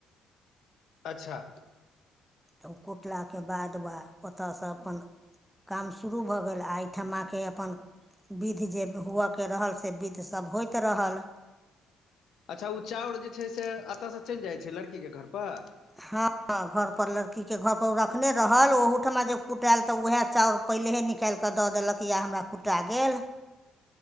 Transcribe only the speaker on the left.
अच्छा
अच्छा ओ चाउर जे छै से अतऽ सँ चलि जाइ छै लड़की के घर पर